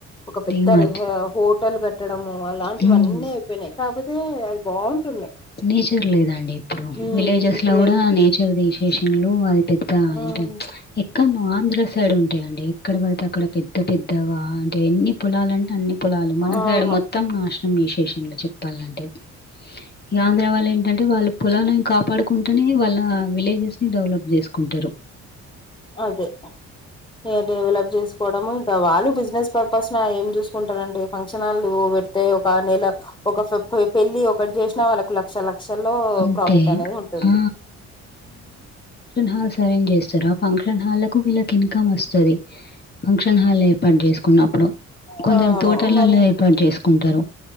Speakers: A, on the left (about 15°); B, on the left (about 35°).
A: ఒక పెద్ద
B: డీమార్ట్.
A: హోటల్ కట్టడము అలాంటివన్నీ
B: హ్మ్.
A: అయిపోయినాయి కాబతేటి అయితే అది బాగుంటుంది
B: నేచర్ లేదండి ఇప్పుడు
A: ఉమ్,
B: విలేజెస్
A: ఇప్పుడు
B: లో
A: నే
B: కూడా నేచర్ దసేషన్లు అది పెద్ద ఇ అంట
A: ఉమ్,
B: ఇంకా నువ్ ఆంధ్ర సైడ్ ఉంటాయిడి ఎక్కడ పడితే అక్కడ పెద్ద పెద్దగా అంటే ఎన్ని పొలలు అంటే అన్ని పొలాలు మనసడు
A: అవును
B: మొత్తం నాశనం విశేషంలో చెప్పాలంటే ఈ ఆంధ్ర వాళ్ళు ఏంటంటే వాళ్ళు పొలాలను కాపాడుకుంటేనే వాళ్ళ విలేజెస్ ని డెవలప్ చేసుకుంటారు
A: అదే ఇ డెవలప్ చేసుకోవడము ఇంకా వాళ్ళు బిజినెస్ పర్పస్ న ఏం చూసుకుంటారంటడి ఫంక్షన్లు పెడితే ఒక నెల ఒక పెళ్ళి ఒకటి చేసినా వాళ్ళకు లక్ష లక్షల్లో
B: అంతే.
A: ప్రాఫిట్ అనేది ఉంటుంది
B: ఆ! సరంజ్ చేస్తారా ఫంక్షన్ ఫంక్షన్ హాల్లకు వీళ్ళకి ఇన్కమ్ వస్తుంది ఫంక్షన్ హాల్ ఏర్పాటు చేసుకున్నప్పుడు కొందరు
A: అవును
B: తోటలలో
A: మరి
B: ఏర్పాటు చేసుకుంటారు